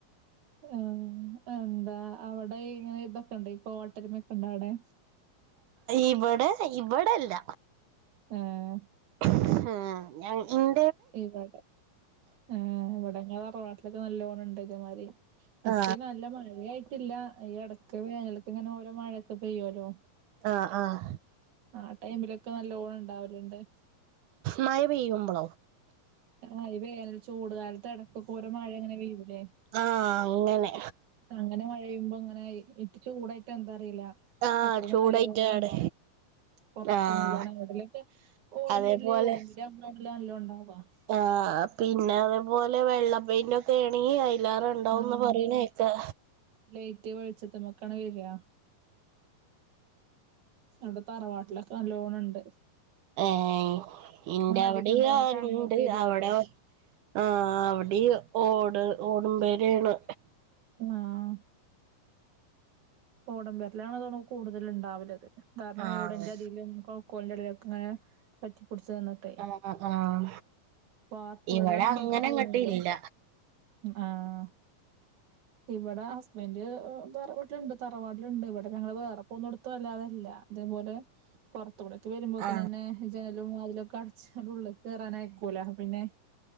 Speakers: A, on the right; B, on the right.
A: ആഹ് എന്താ അവ്ടെ ഈ ങ്ങനെ ഇതൊക്കെണ്ടോ ഈ കോട്ടെര്മൊക്കെണ്ടോ ആടെ
B: ഇവടെ ഇവടെല്ല.
A: ഏഹ്
B: ഏഹ് ഞങ്ങ്ഈ
A: ഇവടെ ആഹ് ഇവടെങ്ങളെ തറവാട്ടിലൊക്കെ നല്ലോണണ്ട് ഇതേമാരി ഇപ്പ
B: ആ
A: ഈ നല്ല മഴയായിട്ടില്ല ഈ എടക്ക് വേനല്ക്ക് ങ്ങനെ ഓരോ മഴൊക്കെ പെയ്യോല്ലോ
B: ആഹ് ആഹ്
A: ആ ടൈമിലൊക്കെ നല്ലോണം ണ്ടാവല്ണ്ട്.
B: മഴ പെയ്യുമ്പളോ
A: ആഹ് ഈ വേനൽ ചൂട്കാൽത്തോരോ പ്പൊക്കോരോ മഴ ങ്ങനെ പെയ്യൂലേ
B: ആഹ് അങ്ങനെ
A: അങ്ങനെ മഴയുമ്പോ അങ്ങനെ ഇട്ട് ചൂടായിട്ട് എന്താ അറിയില്ല
B: ആഹ്
A: സപ്പോന്ന്
B: ചൂടായിട്ടാണ്
A: നല്ലോണം ഉണ്ടാവും പൊർത്തങ്ങല്ലടെവ്ടേലൊക്കെ
B: ആഹ്
A: ഓട്ന്റെ
B: അതേപോലെ
A: ട്ല് ഓട്മ്മ <unintelligible> നല്ലോ ണ്ടാവു ആഹ്
B: ആഹ് പിന്നെ അതേപോലെ വെള്ളപ്പെയിന്റൊക്കേണെങ്കി അയ്ലേറെ ണ്ടാവുംന്ന്
A: ആഹ്
B: പറിണേക്കാ
A: ലൈറ്റ് വെള്ച്ചത്ത്മ്മക്കാണ് വെരാ അവ്ടെ തറവാട്ടിലൊക്കെ നല്ലോണം ണ്ട്
B: ഏഹ്. ഇന്റവ്ടിം
A: അധികം ഇണ്ടായ
B: ആ
A: കണ്ണൊക്കെ
B: ണ്ട്.
A: എരിയോലോ.
B: അവ്ടെ ആഹ് അവ്ടി ഓട് ഓടുമ്പരേണ്
A: ആഹ് ഓടമ്പരേലാണത് കൂടുതൽ ഉണ്ടാവലത് കാരണം
B: ആഹ്
A: ഓടന്റെ അതില് <unintelligible> കോലിന്റെടേലേക്ക് ഇങ്ങനെ പറ്റിപ്പടിച്ച് പ്പേ
B: ആഹ് ആഹ്
A: പാർപ്പ്
B: ഇവിടെ
A: വെള്ളം ആണോ
B: അങ്ങനെങ്ങട്ട്
A: കണല്
B: ഇല്ല
A: ആഹ് ഇവിടെ ഹസ്ബൻഡ് വേറെ വീട്ടിലുണ്ട് തറവാട്ടിലുണ്ട് ഇവിടെ ഞങ്ങള് വേറെ പോവുന്നടുത്തും വല്ലാതല്ല അതേപോലെ പുറത്ത് കൂടൊക്കെ വരുമ്പോതനന്നെ
B: ആഹ്
A: ജനലും അതിലൊക്കെ അടച്ച് ഉള്ളിൽക് കേറാൻ അയിക്കൂല പിന്നെ